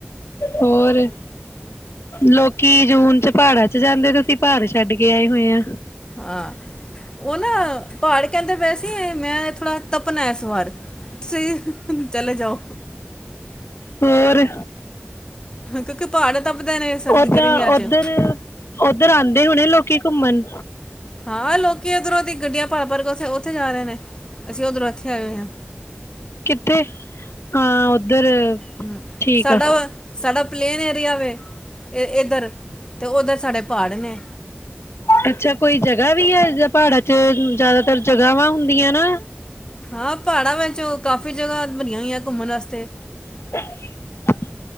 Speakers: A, on the left (about 85°); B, on the left (about 20°).
A: ਹੋਰ ਲੋਕੀ ਜੂਨ ਚ ਪਹਾੜਾਂ ਚ ਜਾਂਦੇ ਤੁਸੀਂ ਪਹਾੜ ਛੱਡ ਕੇ ਆਏ ਹੋਏ ਆ
B: ਹਾਂ ਉਹ ਨਾ ਪਹਾੜ ਕਹਿੰਦੇ ਵੈਸੇ ਮੈਂ ਥੋੜਾ ਤਪਣਾ ਇਸ ਵਾਰ ਤੁਸੀਂ- ਚਲੇ ਜਾਓ
A: ਹੋਰ-
B: ਕਿਉਕਿ ਪਹਾੜ ਤਪਦੇ ਨੇ ਸਰਦ
A: ਓਦ
B: ਗਰਮੀਆਂ
A: ਉਓਧਰ
B: ਚ।
A: ਉਓਧਰ ਆਉਂਦੇ ਹੋਣੇ ਲੋਕੀ ਘੁੰਮਣ
B: ਹਾਂ ਲੋਕੀ ਉਓਧਰੋਂ ਦੀ ਗੱਡੀਆਂ ਭਰ ਭਰ ਕੇ ਉਥੇ ਉੱਥੇ ਜਾ ਰਹੇ ਨੇ ਅਸੀਂ ਉਓਧਰੋਂ ਇੱਥੇ ਆਏ ਹੋ ਹਾਂ
A: ਕਿੱਥੇ ਹਾਂ ਉੱਧਰ
B: ਹੂੰ
A: ਠੀਕ
B: ਸਾਡਾ
A: ਆ
B: ਸਾਡਾ ਪਲੇਨ ਏਰੀਆ ਵ ਇਹ ਇਧਰ ਤੇ ਉਧਰ ਸਾਡੇ ਪਹਾੜ ਨੇ
A: ਅੱਛਾ ਕੋਈ ਜਗ੍ਹਾ ਵੀ ਹੈ ਪਹਾੜਾਂ ਚ ਜ਼ਿਆਦਾਤਰ ਜਗ੍ਹਾਵਾਂ ਹੁੰਦੀਆਂ ਨਾ
B: ਹਾਂ ਪਹਾੜਾਂ ਵਿੱਚ ਕਾਫ਼ੀ ਜਗ੍ਹਾ ਬਨਿਆ ਹੋਈਆਂ ਘੁੰਮਣ ਵਾਸਤੇ
A: <inaudible>